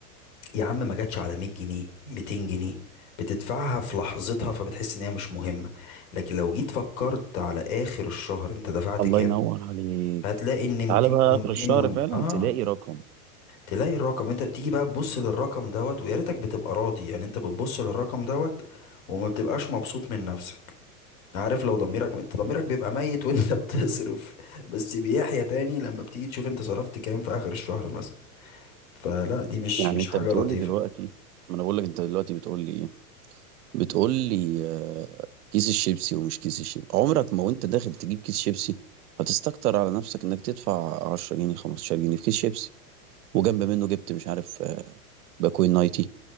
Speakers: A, on the left (about 60°); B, on the right (about 75°).
A: يا عم ما جاتش على 100 جنيه 200 جنيه بتدفعها في لحظتها فبتحس ان هي مش مهمة لكن لو جيت فكرت على اخر الشهر انت دفعت
B: الله
A: كام
B: ينور عليك
A: هتلاقي ان 200
B: تعالى بقى
A: و200
B: اخر الشهر
A: و
B: فعلا
A: اه
B: تلاقي رقم
A: تلاقي الرقم انت بتيجي بقى تبص للرقم دوت ويا ريتك بتبقى راضي يعني انت بتبص للرقم دوت وما بتبقاش مبسوط من نفسك عارف لو ضميرك انت ضميرك بيبقى ميت وانت <laughs> بتصرف بس بيحيى تاني لما بتيجي تشوف انت صرفت كام في اخر الشهر مثلا فلا دي مش
B: يعني
A: مش
B: انت
A: حاجة
B: بتقول
A: لطيفة
B: لي دلوقتي ما انا بقول لك انت دلوقتي بتقول لي ايه بتقول لي آه، كيس الشيبسي ومش كيس الشيبسي عمرك ما وانت داخل تجيب كيس شيبسي هتستكتر على نفسك انك تدفع 10 جنيه 15 جنيه في كيس شيبسي وجنب منه جبت مش عارف آه، باكوين نايتي